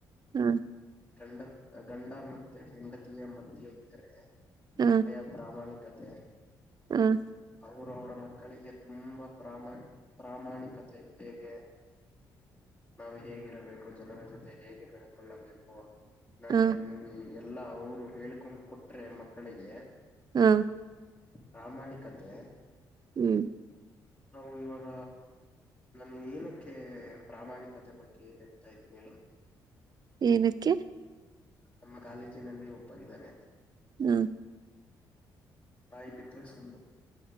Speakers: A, on the right (about 40°); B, on the left (about 20°).
A: ಹ
B: ಗಂಡ <inaudible> ಗಂಡ ಮತ್ತೆ ಹೆಂಡತಿಯ ಮದ್ಯ ಇದ್ದರೆ <unintelligible>
A: ಹ
B: ಒಳ್ಳೆಯ ಪ್ರಾಮಾಣಿಕತೆ
A: ಹ್ಮ್
B: ಅವರು ಅವರ ಮಕ್ಕಳಿಗೆ ತುಂಬಾ ಪ್ರಾಮಾಣಿ ಪ್ರಾಮಾಣಿಕತೆ ಹೇಗೆ ನಾವು ಹೇಗಿರಬೇಕು ಜನರ ಜೊತೆ ಹೇಗೆ ನಡ್ಕೊಳ್ಳಬೇಕು‌. ನಡೆ
A: ಹ
B: ನುಡಿ ಎಲ್ಲಾ ಅವರು ಹೇಳ್ಕೊಂಡ್ ಕೊಟ್ರೆ ಮಕ್ಕಳಿಗೆ
A: ಹ್ಮ್
B: ಪ್ರಾಮಾಣಿಕತೆ
A: ಹ್ಮ್
B: ನಾವು ಇವಾಗ ನನ್ ಏನಕ್ಕೆ ಪ್ರಾಮಾಣಿಕತೆ ಬಗ್ಗೆ ಹೇಳ್ತಾ ಇದ್ದೀನಿ ಹೇಳಿ.
A: ಏನಿಕ್ಕೆ
B: ನಮ್ಮ ಕಾಲೇಜಿನಲ್ಲಿ ಒಬ್ಬ ಇದ್ದಾನೆ.
A: ಹ್ಮ್
B: ಬಾಯ್ ಬಿಟ್ರೆ ಸುಳ್ಳು